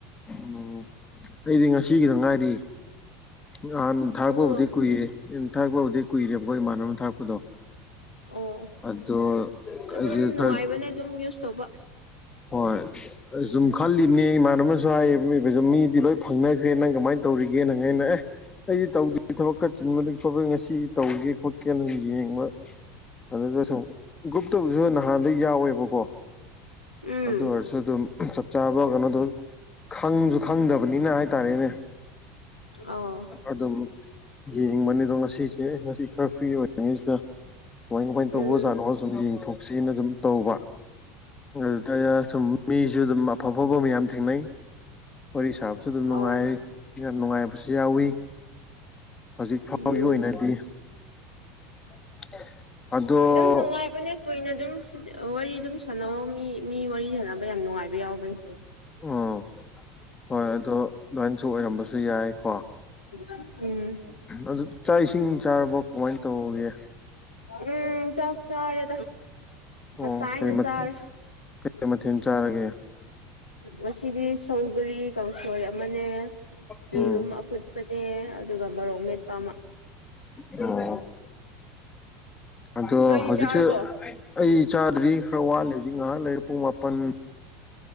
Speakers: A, on the left; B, on the left.
A: ꯎꯝ ꯑꯩꯗꯤ ꯉꯁꯤꯒꯤꯗ ꯉꯥꯏꯔꯤ ꯅꯍꯥꯟ ꯊꯥꯔꯛꯄꯕꯨꯖꯤꯗꯤ
B: ꯑꯣ
A: ꯀꯨꯏꯔꯦ ꯊꯥꯛꯛꯄ ꯍꯧꯖꯤꯗꯤ ꯀꯨꯏꯔꯦꯕꯀꯣ ꯏꯃꯥꯟꯅꯕꯅ ꯊꯥꯔꯛꯄ ꯗꯣ
B: ꯑꯣ
A: ꯑꯗꯣ
B: ꯑꯗꯨꯝ
A: ꯑꯩꯁꯦ ꯈꯔ
B: ꯅꯨꯡꯉꯥꯏꯕꯅꯦ ꯑꯗꯨꯝ ꯌꯨꯁ ꯇꯧꯕ
A: ꯍꯣꯏ ꯁꯨꯝ ꯈꯜꯂꯤꯕꯅꯤ ꯏꯃꯥꯟꯅꯕꯨ ꯍꯥꯏ ꯃꯤꯗꯤ ꯂꯣꯏ ꯐꯪꯅꯈ꯭ꯔꯦ ꯅꯪ ꯀꯃꯥꯏꯅ ꯇꯧ ꯇꯔꯤꯒꯦ ꯅꯩꯅ ꯑꯦ ꯑꯩꯗꯤ ꯇꯧꯗꯦ ꯊꯕꯛ ꯈ ꯆꯤꯟꯕꯄ ꯉꯁꯤ ꯇꯧꯒꯦ ꯀ ꯌꯦ ꯃ <unintelligible> <inaudible> ꯑꯗꯨꯗ ꯁꯨꯝ ꯒ꯭ꯔꯨꯞꯇꯕꯨꯁꯨ ꯅꯍꯥꯟꯗꯩ ꯌꯥꯎꯋꯦꯕꯀꯣ
B: ꯎꯝ
A: ꯑꯗꯨ ꯑꯣꯏꯔꯁꯨ ꯑꯗꯨꯝ ꯆꯞ ꯆꯥꯕ ꯀꯩꯅꯣꯗꯣ ꯈꯪꯁꯨ ꯈꯪꯗꯕꯅꯤꯅ ꯍꯥꯏ ꯍꯥꯏ ꯇꯥꯔꯦꯅꯦ
B: ꯑꯧ
A: ꯑꯗꯨꯝ ꯌꯦꯡꯕꯅꯤ ꯑꯗꯣ ꯉꯁꯤꯁꯦ ꯉꯁꯤ ꯈꯔ ꯐ꯭ꯔꯤ ꯑꯣꯏꯔꯤꯉꯩꯁꯤꯗ ꯀꯃꯥꯏ ꯀꯃꯥꯏꯅ
B: ꯎꯝ
A: ꯇꯧꯕ ꯑꯣꯖꯥꯠꯅꯣ ꯁꯨꯝ ꯌꯦꯡꯊꯣꯛꯁꯦꯅ ꯁꯨꯝ ꯇꯧꯕ ꯑꯗꯨ ꯁꯨꯝ ꯃꯤꯁꯨ ꯑꯗꯨꯝ ꯑꯐ ꯑꯐꯕ ꯃꯌꯥꯝ ꯊꯦꯡꯅꯩ ꯋꯥꯔꯤ ꯁꯥꯕꯁꯨ ꯑꯗꯨꯝ ꯅꯨꯡꯉꯥꯏ
B: ꯑꯧ
A: ꯌꯥꯝ ꯅꯨꯡꯉꯥꯏꯕꯁꯨ ꯌꯥꯎꯋꯤ ꯍꯧꯖꯤꯛ ꯐꯥꯎꯒꯤ
B: ꯎꯝ
A: ꯑꯣꯏꯅꯗꯤ <unintelligible> <inaudible> ꯑꯗꯣ
B: ꯑꯗꯨ ꯅꯅꯨꯡꯉꯥꯏ ꯑꯅ ꯇꯣꯏꯅ ꯑꯗꯨꯝ ꯋꯥꯔꯤ ꯑꯗꯨꯝ ꯁꯥꯟꯅꯕ ꯃꯤ ꯃꯤ ꯋꯥꯔꯤ ꯁꯥꯟꯅꯕ ꯌꯥꯝ ꯅꯨꯡꯉꯥꯏꯕ ꯌꯥꯎꯕꯅꯤ
A: ꯑꯣ ꯍꯣꯏ ꯑꯗꯣ ꯂꯣꯏꯅꯁꯨ ꯑꯣꯏꯔꯝꯕꯁꯨ ꯌꯥꯏꯀꯣ
B: ꯎꯝ
A: ꯑꯗꯨ ꯆꯥꯛ ꯏꯁꯤꯡ ꯆꯥꯔꯕ ꯀꯃꯥꯏꯅ ꯇꯧꯒꯦ
B: ꯎꯝ ꯆꯞ ꯆꯔꯦ
A: ꯑꯣ
B: ꯑꯁꯥꯏꯅ
A: ꯀꯩ ꯃꯊꯦꯜ
B: ꯆꯔꯦ
A: ꯃꯊꯦꯜ ꯆꯥꯔꯒꯦ
B: ꯃꯁꯤꯗꯤ ꯁꯧꯒꯔꯤ ꯀꯥꯡꯁꯣꯏ ꯑꯃꯅꯦ
A: ꯎꯝ
B: ꯌꯦꯔꯨꯝ ꯑꯐꯨꯠꯄꯅꯦ ꯑꯗꯨꯒ ꯃꯔꯣꯛ ꯃꯦꯠꯄ
A: ꯑ <unintelligible> <inaudible> ꯑꯗꯣ
B: ꯅꯣꯏꯗꯤ
A: ꯍꯧꯖꯤꯛꯁꯦ
B: ꯆꯥꯔꯕꯣ
A: ꯑꯩ ꯆꯥꯗ꯭ꯔꯤ ꯈꯔ ꯋꯥꯠꯂꯦ ꯍꯧꯖꯤꯛ ꯉꯥꯏꯍꯥꯛ ꯂꯩꯔ ꯄꯨꯡ ꯃꯥꯄꯜ